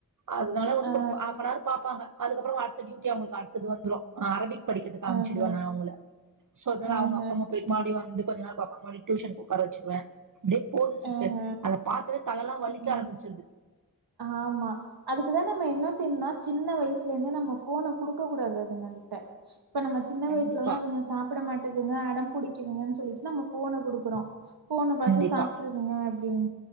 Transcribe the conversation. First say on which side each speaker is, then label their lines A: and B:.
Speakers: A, on the right (about 55°); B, on the right (about 80°).
A: அதுனால வந்து
B: ஆ
A: ஒரு ஃபா ஆஃப்நார் பாப்பாங்க அதுக்கப்ரோ அடுத்த டியூட்டி அவங்களுக்கு அடுத்தது வந்துரும் அரபிக் படிக்கிறதுக்கு அமிச்சிடுவ
B: ஆஹ
A: நா அவங்கள சோ அதனா
B: ஆஹ
A: அவங்க அப்புறம்மா போயி மறுடியும் வந்துட்டு கொஞ்சோ நேரோ பாப்பாங்க மறுடி டியூஷனுக்கு உக்கார வச்சுடுவ டியே போது சிஸ்டர்
B: ஆஹ
A: அத பாத்தாலே தல எல்லா வலிக்க
B: ம்
A: ஆரம்பிச்சிருது
B: ஆமா அதுக்குதா நம்ம என்ன செய்யுனா சின்ன வயசுலந்தே நம்ம ஃபோன குடுக்க கூடாது அதுங் கல்ட்ட இப்ப நம்ம சின்ன
A: கண்டிப்பா
B: வயசுலல்லாம் அதுங்க சாப்பிட மாட் டதுங்க அடம் புடிங்குதுங்கன்னு சொலிட்டு நம்ம ஃபோன குடுக்கறோ, ஃபோன
A: கண்டிப்பா
B: பாத்து சாப்ட்டுறதுங்க அப்படின்